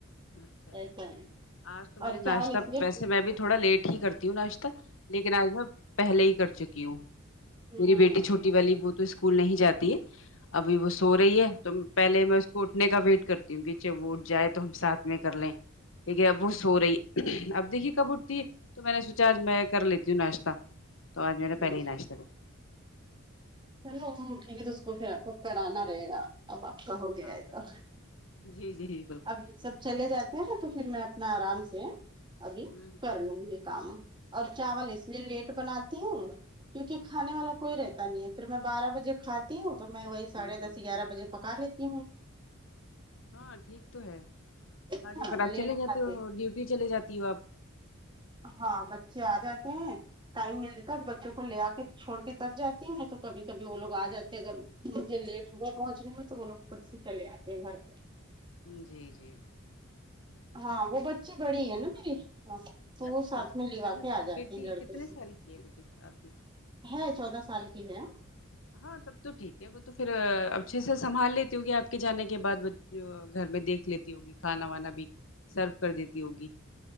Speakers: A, on the left; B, on the right.
A: اچھا اچھا
B: ایسا ہے
A: آج تو میں
B: اور
A: نے
B: چاول
A: ناشتہ
B: اس لیے
A: ویسے میں بھی تھوڑا لیٹ ہی کرتی ہوں ناشتہ لیکن آج میں پہلے ہی کر چکی ہوں
B: ہوں
A: میری بیٹی چھوٹی والی وہ تو اسکول نہیں جاتی ہے ابھی وہ سو رہی ہے تو پہلے میں اس کو اٹھنے کا ویٹ کرتی ہوں کہ جب وہ اٹ جائے تو ہم ساتھ میں کر لیں لیکن اب وہ سو رہی اب دیکھیے کب اٹھتی ہے تو میں نے سوںچا آج میں کر لیتی ہوں ناشتہ تو آج میں نے
B: ہوں،
A: پہلے ہی ناشتہ کرلیا
B: چلو وہ اٹھ گئی ہے تو اس پھر اپکو کرانا رہے گا اب آپ کا ہو گیا
A: ہاں
B: ہے تو
A: جی جی جی بالکل
B: اب سب چلے جاتے ہیں تو پھر میں اپنا آرام سے ابھی
A: ہوں
B: کر لوں گی کام اور چاول اس لیے لیٹ بناتی ہوں کیوںکی کھانے والا کوئی رہتا نہیں ہے پھر میں بارہ بجے کھاتی ہوں تو میں وہی ساڑھے
A: ہوں ہوں
B: دس گیارہ بجے پکا لیتی ہوں
A: ہاں ٹھیک تو ہے
B: ہے
A: آنے
B: نا
A: پر آپ
B: لیٹ
A: چلے
B: کھاتی
A: جاتے ہو ڈیوٹی چلے جاتی ہو آپ
B: ہاں بچے آ جاتے ہیں ٹائم ملتا ہے بچوں کو لے آ کے چھوڑ کے تب جاتی ہوں ن تو کبھی کبھی وہ لوگ آ جاتے ہیں اگر مجھے لیٹ ہو گا پہنچنے میں تو وہ لوگ خود سے چلے آتے ہے گھر پہ
A: جی جی
B: ہاں وہ بچی بڑی ہے نا میری تو وہ
A: اچھا
B: ساتھ میں لوا
A: اچھا
B: کے آ جاتی
A: بیٹی
B: ہے لڑکے
A: کتنی
B: سے
A: سال کی ہے بیٹی آپ کی
B: ہے چودہ سال کی ہے
A: ہاں تب تو ٹھیک ہے وہ تو پھر اچھے سے سنبھال لیتی ہوگی آپ کے جانے کے بعد گھر میں دیکھ لیتی ہوگی کھانا وانا بھی سرو کر دیتی ہوگی